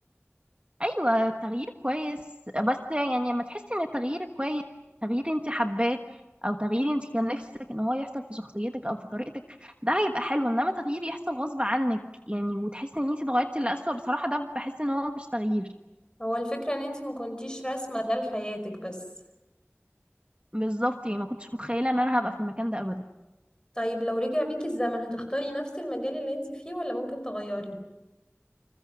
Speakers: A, on the right (about 25°); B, on the left (about 20°).
A: ايوه التغيير كويس بس يعني لما تحسي ان التغيير كويس تغيير انت حباه او تغيير انت كان نفسك ان هو يحصل في شخصيتك او في طريقتك ده هيبقى حلو انما تغيير يحصل غصب عنك يعني وتحسي ان انت اتغيرتي لأسوأ بصراحه ده بحس ان هو مش تغيير
B: هو الفكرة ان انتي ما كنتيش راسمة ده لحياتك بس
A: بالظبط يعني ما كنتش متخيله ان انا هبقى في المكان ده ابدا
B: طيب لو رجع بيكي الزمن هتختاري نفس المجال اللي انتي فيه ولا ممكن تغيري